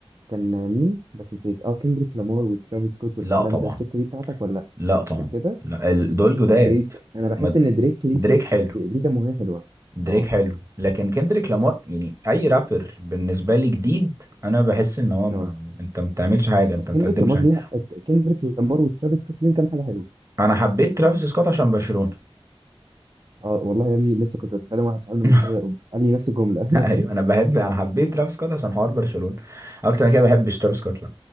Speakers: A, on the right (about 45°); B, on the right (about 30°).
A: كان مين بس نسيت اه كندريك لامار وترافيس سكوت والكلام
B: لا طبعا
A: ده السكه دي بتاعتك ولا لا
B: لا
A: مش
B: طبعا
A: كده
B: لا ال- دول جداد
A: طب دريك انا بحس
B: ما-
A: ان دريك ليه
B: دريك
A: سكه
B: حلو
A: ليه كام اغنيه حلوه
B: دريك
A: اه
B: حلو لكن كندريك لامار يعني اي رابر بالنسبه لي جديد انا بحس ان هو ما...
A: اه
B: انت ما بتعملش حاجه
A: بس
B: انت ما
A: كندريك
B: بتقدمش
A: لامار
B: حاجه
A: ليه كندريك لامار وترافيس سكوت ليهم كام حاجه حلوه
B: انا حبيت ترافيس سكوت عشان برشلونه
A: اه والله يا ابني لسه كنت بتكلم واحد صاحبنا
B: <laughs>
A: من شويه قال لي نفس الجمله
B: ايوه
A: <laughs>
B: انا بحب انا حبيت ترافيس سكوت عشان حوار برشلونه اكتر من كده ما بحبش ترافيس سكوت لا